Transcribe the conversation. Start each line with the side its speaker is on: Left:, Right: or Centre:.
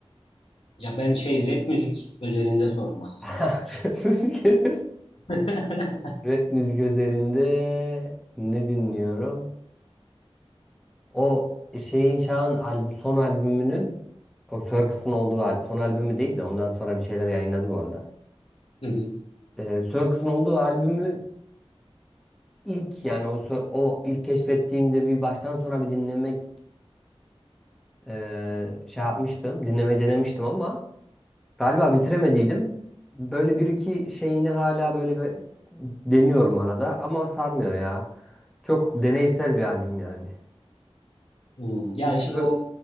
Left: Ya ben şey rap müzik özelinde sordum aslında.
Centre: <laughs> Müzik üzerinde.
Left: <laughs>
Centre: Rap müzik üzerinde ne dinliyorum? O şeyin Şah'ın albüm, son albümünün o Circus'un olduğu al- son albümü değil de ondan sonra bir şeyler yayınladı bu arada.
Left: Hı hı.
Centre: Ee, Circus'un olduğu albümü ilk yani o sö- o ilk keşfettiğimde bir baştan sona bir dinlemek eee, şey yapmıştım. Dinlemeyi denemiştim ama galiba bitiremediydim. Böyle bir iki şeyini hala böyle bir deniyorum arada ama sarmıyor ya. Çok deneysel bir albüm yani.
Left: Hmm. Ya
Centre: Bir
Left: işte
Centre: sürü
Left: o